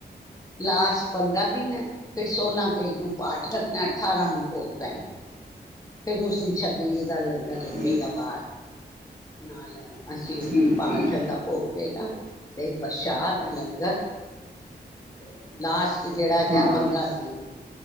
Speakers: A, on the left (about 20°); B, on the right (about 60°).
A: ਲਾਸਟ ਪੰਦਰਾਂ ਦਿਨ। ਫਿਰ, ਸੋਲਾਂ ਤਰੀਕ ਨੂੰ ਪਾਠ ਰੱਖਣੈ ਅਠਾਰਾਂ ਨੂੰ ਭੋਗ ਪੈਣਾ। ਫਿਰ ਉਸ ਦਿਨ ਛੱਬੀਲ ਦਾ ਲੰਗਰ ਲੱਗੇਗਾ
B: ਠੀਕ
A: ਬਾਹਰ ਨਾਲ। ਅਸੀਂ, ਉਸ
B: ਠੀਕ
A: ਦਿਨ ਪਾਠ
B: ਠੀਕ
A: ਦਾ ਭੋਗ ਪਏਗਾ। ਤੇ ਪ੍ਰਸ਼ਾਦ ਲੰਗਰ ਤੇ ਲਾਸਟ‌। ਜੇੜਾ ਹੈਗ
B: ਹਾਂ
A: ਹੈ ਪੰਦਰਾਂ ਤਰੀਕ ਨੂੰ।